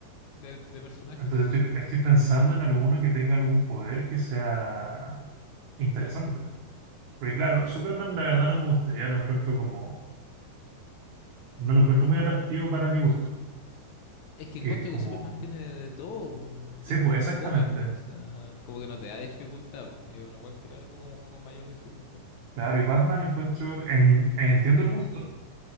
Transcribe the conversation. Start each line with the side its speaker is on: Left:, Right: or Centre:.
Left: de, de personaje,
Right: Entonces
Left: la verdad.
Right: estoy, estoy pensando en alguno que tenga algún poder que sea interesante. Porque claro, Superman la verdad no me gustaría, lo encuentro como, no lo encuentro muy atractivo para mi gusto.
Left: Es que
Right: Que
Left: encuentro
Right: es como,
Left: que Superman tiene de, de todo, po,
Right: sí,
Left: y es
Right: pues
Left: como
Right: exactamente.
Left: fome, po, o sea, como que no te da dificultad, po, y uno igual quiere algo como con mayor dificultad.
Right: Claro, y Batman encuentro, en- entiendo el gusto.